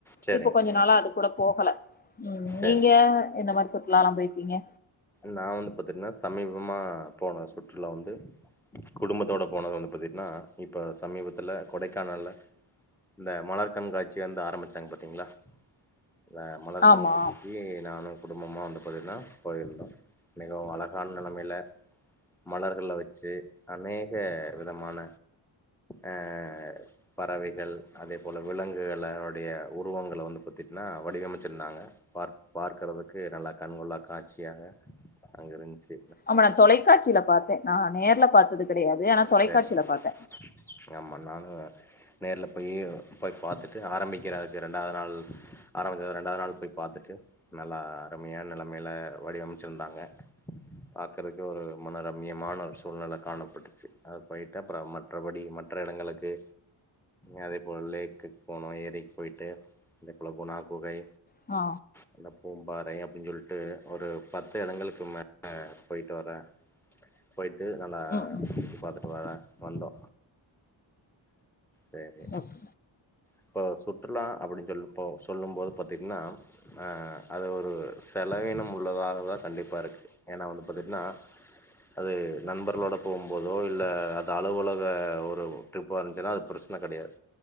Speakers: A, in the centre; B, on the left (about 20°).
A: சேரிங்க
B: இப்ப கொஞ்ச நாளா அது கூட போகல ம்
A: சேரி
B: நீங்க எந்த மாரி சுற்றுலாலா போயிருக்கீங்க
A: நா வந்து பாத்தீங்கன்னா சமீபமா போன சுற்றுலா வந்து குடும்பத்தோட போனது வந்து பாத்தீங்கன்னா இப்ப சமீபத்துல கொடைக்கானல்ல இந்த மலர் கண்காட்சி வந்து ஆரம்பிச்சாங்க பாத்தீங்களா அந்த மலர்
B: ஆமா
A: கண்காட்சிக்கு நானு குடும்பம வந்து பாத்தீங்கன்னா போயிருந்தோ மிகவு அழகான நெலைமையில மலர்கள வச்சி அநேக விதமான ஆ பறவைகள் அதே போல விலங்குகளளுடைய உருவங்கள வந்து பாத்தீட்டினா வடிவமைச்சிருந்தாங்க பார் பார்க்கறதுக்கு நல்லா கண்கொள்ளா காட்சியாக அங்க இருந்ச்சி
B: ஆமா நா தொலைக்காட்சியில பாத்தே நா நேர்ல பாத்தது கெடையாது ஆனா தொலைக்காட்சியில
A: சரிங்க
B: பாத்தே
A: ஆமா நானு நேர்ல போய் போய் பாத்துட்டு ஆரம்பிக்கிற ரெண்டாவது நாள் ஆரம்பிச்சது ரெண்டாவது நாள் போய் பாத்துட்டு நல்லா அருமையான நெலைமையில வடிவமைச்சிருந்தாங்க பாக்கறக்கு ஒரு மன ரம்மியமான ஒரு சூழ்நில காணப்பட்டுச்சி அது போயிட்ட அப்பற மற்றபடி மற்ற எடங்களுக்கு அத போல லேக்குக் போனோ ஏரிக்கு போயிட்டு அதுகுள்ள போனா குகை
B: ஆ
A: அந்த பூம்பாறை அப்படின் சொல்லிட்டு ஒரு பத்து எடங்களுக்கு மேல போயிட்டு வரே போயிட்டு நல்லா
B: ம் ம்
A: தட்டுவாடா வந்தோ சேரி
B: ஓகே
A: இப்ப சுற்றுலா அப்படின்னு சொல்லும்போ சொல்லும் போது பாத்தீங்கன்னா ஆ அது ஒரு செலவினம் உள்ளதாகதா கண்டிப்பா இருக்கு ஏன்னா வந்து பாத்துட்டீன்னா அது நண்பர்களோடு போகும்போதோ இல்ல அது அலுவலக ஒரு ட்ரிப்பா இருந்துச்சின்னா அது பிரச்சன கெடையாது